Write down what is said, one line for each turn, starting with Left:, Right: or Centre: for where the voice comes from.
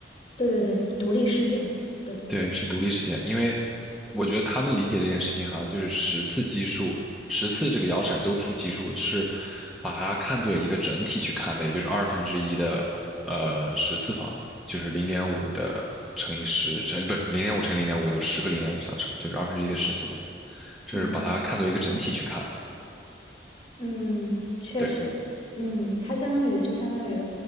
Left: 对对对，独立事件。对，
Centre: 对，是独立事件，因为我觉得他们理解这件事情，好像就是十次基数，十次这个摇骰都出奇数，是把它看作一个整体去看的，也就是二分之一的呃十次方，就是零点五的乘以十乘，不是零点五乘以零点五有十个零点五相乘，就是二分之一的十次方，这是把它看作一个整体去看。
Left: 嗯哼。嗯，确实，
Centre: 对，
Left: 嗯，它相当于就相当于，